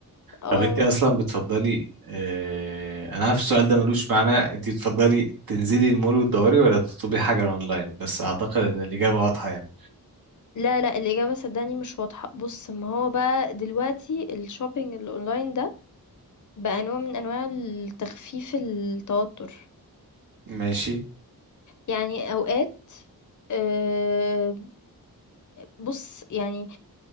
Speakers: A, on the left (about 55°); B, on the right (about 70°).
A: اه
B: طب انت اصلا بتفضلي آه انا عارف السؤال ده ملوش معنى انت بتفضلي تنزلي المول وتدوري ولا تطلبي حاجة اونلاين بس اعتقد ان الاجابة واضحة يعني
A: لا لا الإجابة صدقني مش واضحة بص ما هو بقى دلوقتي الشوبينج الأونلاين ده بقى نوع من أنواع التخفيف التوتر
B: ماشي
A: يعني أوقات آه، بص يعني